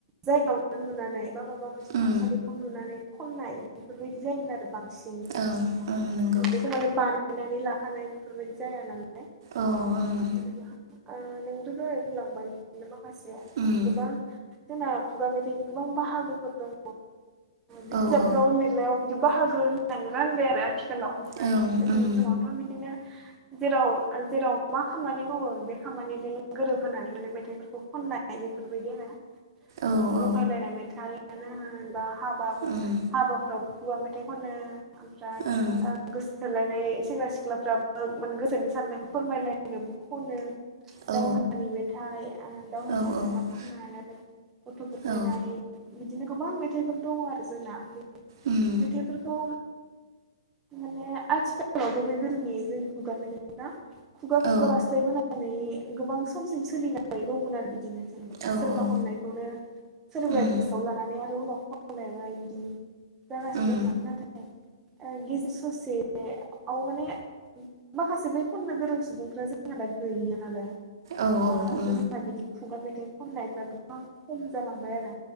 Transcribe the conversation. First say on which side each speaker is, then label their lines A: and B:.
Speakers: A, on the right (about 15°); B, on the right (about 55°).
A: जायगायावनो नुनानै बा माबा मोनसे
B: उम
A: थासारिखौ नुनानै खननाय बेफोरबायदि जायोमोन आरो बांसिन
B: ओं ओं नोंगौ
A: बेखौ माने बाना यनानै लाखानाय बेफोरबायदि जाया नालाय
B: अ
A: जेनेबा
B: ओं
A: ओ नोंथ' दहय बुंलांबाय बिदिनो माखासे ओ
B: उम
A: गोबां जोंना खुगा मेथाइनि गोबां बाहागोफोर दङ बिजाबफ्राव
B: औ औ
A: लिरनायाव बि बाहागो होननानै रानबाय आरो आथिखालाव ओमफ्राय
B: औ
A: गोदोनि
B: उम
A: समावथ' बिदिनो जेराव ओ जेराव मा खामानि मावो बे खामानिजों गोरोब होनानै माने मेथाइफोर खौ खननाय बेफोरबायदि आरो।
B: औ औ
A: जंखायलायनाय मेथाइयानो होन बा हाबा
B: उम
A: हाबाफ्रावबो खुवा मेथाइ खनो ओमफ्राय
B: ओं
A: ओ गोसो थोलायनाय सेंग्रा-सिख्लाफ्राबो माने गोसोनि साननायखौ फोरमायलायनोबो खनो।
B: औ
A: दावहानि मेथाइ ओ दावहायाव
B: औ
A: थांबा
B: औ
A: खननाय आरो गथ' बुरखायनाय
B: औ
A: बिदिनो गोबां मेथाइफोर दङ आरो जोंना बे
B: उम
A: मेथाइफोरखौ माने आथिखालावथ' बे गोदोनि जोंनि खुगा मेथाइफ्रा खुगा
B: औ
A: खुगा बास्लायबोनानै गोबां समसिम सोलिनानै दंमोन आरो बिदिनो। सोरबा
B: औ औ
A: खननायखौनो सोरबाया
B: उम
A: गोसोआव लानानै आरो उनाव खनलायबा बिदिनो जागासिनो
B: उम
A: दंमोन नाथाय ओ गेजेर ससे औ माने माखासे बै खननो गोरों सुबुंफ्रा जोंहा दा गैला नालाय।
B: औ औ
A: दा
B: ओ।
A: जोंहा बिदि खुगा मेथाइ खननायफ्रा गोबां खम जालांबाय आरो।